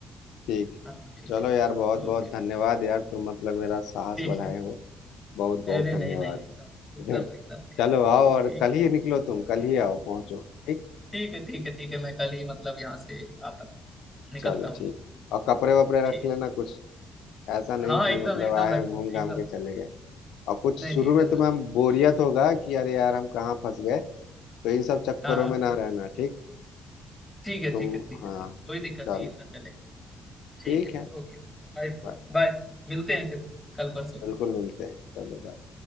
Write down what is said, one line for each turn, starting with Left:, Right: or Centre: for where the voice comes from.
Left: ठीक
Centre: हाँ ठीक
Left: चलो
Centre: है
Left: यार
Centre: ठीक
Left: बहुत बहुत
Centre: ओके
Left: धन्यवाद यार तुम मतलब मेरा साहस
Centre: ठीक
Left: बढ़ाए
Centre: है
Left: हो बहुत
Centre: अरे
Left: बहुत धन्यवाद
Centre: नहीं नहीं एकदम
Left: <laughs>
Centre: एकदम एकदम
Left: चलो आओ और
Centre: ठीक
Left: कल
Centre: है
Left: ही निकलो तुम कल ही आओ पहुंचो ठीक
Centre: ठीक है ठीक है ठीक है मैं कल ही मतलब यहाँ से आता हूँ निकलता
Left: चलो
Centre: हूँ
Left: ठीक और कपड़े वपड़े
Centre: ठीक
Left: रख लेना कुछ ऐसा नहीं
Centre: है हाँ
Left: कि
Centre: एकदम
Left: मतलब
Centre: एकदम
Left: आए
Centre: रख
Left: घूम घाम
Centre: एकदम
Left: के चले गए और कुछ
Centre: नहीं
Left: शुरू
Centre: नहीं एकदम
Left: में तुम्हें
Centre: रख
Left: बोरियत होगा कि अरे यार हम कहाँ फंस गए तो इन सब चक्करों
Centre: हाँ हाँ
Left: में ना रहना ठीक
Centre: ठीक है
Left: तुम
Centre: ठीक है ठीक
Left: हाँ
Centre: है ठीक कोई दिक्कत
Left: चलो
Centre: नहीं इतना चलेगा ठीक
Left: ठीक
Centre: है
Left: है
Centre: ओके बाय
Left: बाय
Centre: बाय मिलते हैं फिर कल परसों
Left: बिल्कुल मिलते हैं चलो bye।